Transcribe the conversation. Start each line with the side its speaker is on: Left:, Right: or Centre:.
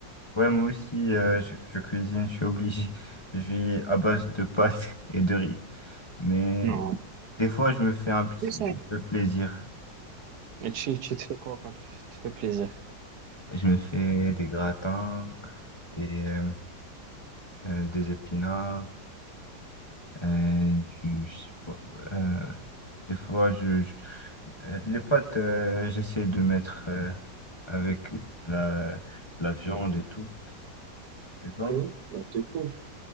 Left: Ouais, moi aussi, euh, je, je cuisine, je suis obligé. Je vis à base de pâtes <laughs> et de riz. Mais
Right: Non,
Left: des fois, je me fais un petit
Right: c'est ça.
Left: peu plaisir.
Right: Et tu, tu te fais quoi quand tu te fais plaisir?
Left: Je me fais des gratins, des, euh, euh, des épinards, euh, du, je euh, des fois, je, je- euh, les pâtes, euh, j'essaie de mettre euh, avec la, la viande et tout. Et toi,
Right: Euh, bah, c'est cool.